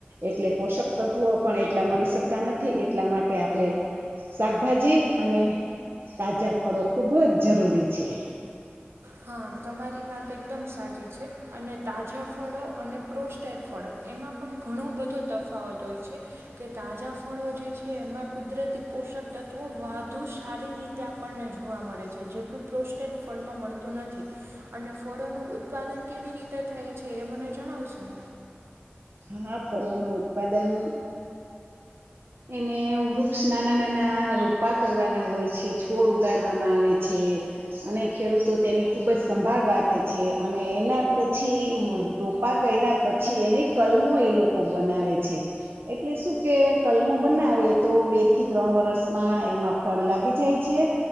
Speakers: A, on the right; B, on the right.
A: એટલે પોષક તત્વો પણ એટલા મળીક નથી એટલા માટે આપણે શાકભાજી અને તાજા ફળો ખૂબ જ જરૂરી છે
B: હા તમારી વાત એકદમ સાચી છે અને તાજા ફળો અને પ્રોસ્ટેટ ફળો એમાં પણ ઘણો બધો તફાવત હોય છે કે તાજા ફળો જે છે એમાં કુદરતી પોષક તત્ત્વો વધુ સારી રીતે આપણને જોવા મળે છે જેટલું પ્રોસ્ટેટ ફળમાં મળતું થતું નથી અને ફળોનું ઉત્પાદન કેવી રીતે થાય છે એ મને જણાવશું
A: હા ફળોનું ઉત્પાદન એને વૃક્ષ નાના નાના રોપા કરવાના હોય છે છોડ ઉગાડવામાં આવે છે અને ખેડૂતો તેની ખુબ જ સંભાળ રાખે છે અને એના પછી રોપા કર્યા પછી એની કલમો એ લોકો બનાવે છે એટલે શું કે કલમો બનાવે તો બે થી ત્રણ વરસમાં એમાં ફળ લાગી જાય છે